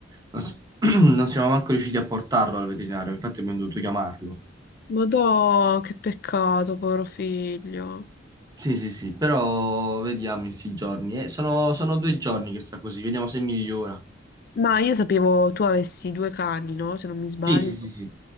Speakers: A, on the right; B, on the left.
A: non s- <clears throat> non siamo manco riusciti a portarlo al veterinario, infatti abbiamo dovuto chiamarlo.
B: Madò, che peccato, povero figlio.
A: Sì, sì, sì, però vediamo in sti giorni. eh. sono, sono due giorni che sta così, vediamo se migliora.
B: Ma io sapevo tu avessi due cani, no? Se non mi sbaglio.
A: Sì, sì, sì, sì.